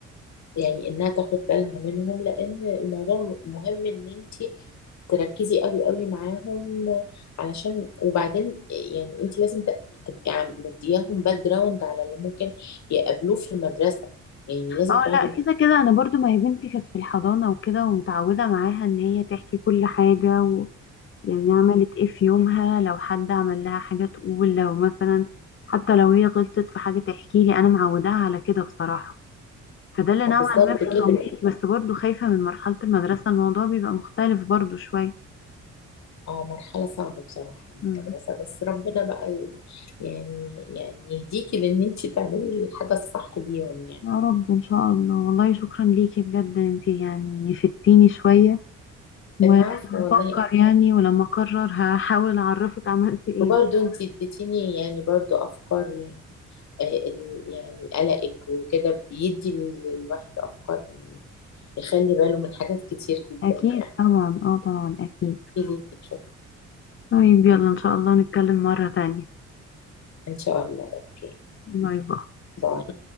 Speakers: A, on the left; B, on the left.
A: يعني انها تاخد بالها منهم لان الموضوع مهم ان انت تركزي قوي قوي معاهم علشان وبعدين يعني انت لازم ت- تبقي عم- مدياهم باك جراوند على اللي ممكن يقابلوه في المدرسة يعني لازم
B: اه
A: تقعدي
B: لا كده كده انا برضو ما هي بنتي كانت في الحضانة وكده ومتعودة معاها ان هي تحكي كل حاجة و... يعني عملت
A: معاهم
B: ايه في يومها لو حد عمل لها حاجة تقول لو مثلا حتى لو هي غلطت في حاجة تحكي لي انا معوداها على كده بصراحة فده اللي نوعا
A: آه، بالظبط
B: ما في
A: كده
B: تمريك بس برضو خايفة من مرحلة المدرسة الموضوع بيبقى مختلف برضو شوية
A: اه مرحلة صعبة بصراحة من
B: مم.
A: المدرسة بس ربنا بقى ال- يعني يعني يهديكي لان انت تعملي الحاجة الصح ليهم يعني
B: يا رب ان شاء الله والله شكرا ليكي بجد انتي يعني فدتيني شوية وهفكر
A: العفو والله
B: يعني ولما اقرر هحاول اعرفك عملت ايه
A: برضه انت اديتيني يعني برضه افكار يعني آه، ال- يعني قلقك وكده بيدي للواحد افكار يعني يخلي باله من حاجات كتير جدا
B: أكيد
A: يعني احكي
B: طبعا اه طبعا أكيد
A: لي شوف
B: طيب يلا إن شاء الله نتكلم مرة تانية
A: ان شاء الله اوكي
B: باي باي
A: باي